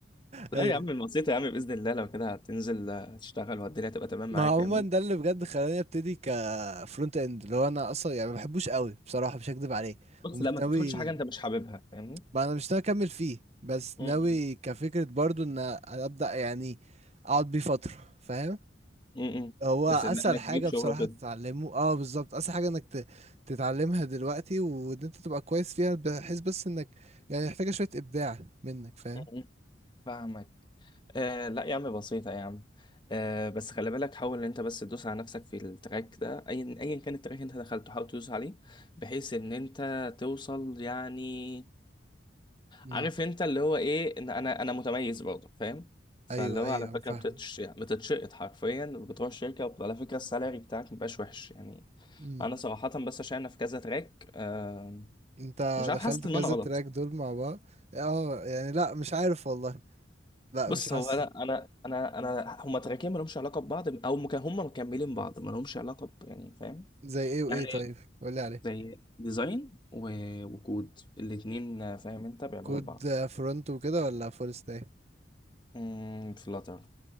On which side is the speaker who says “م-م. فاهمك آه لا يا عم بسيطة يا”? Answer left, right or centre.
Left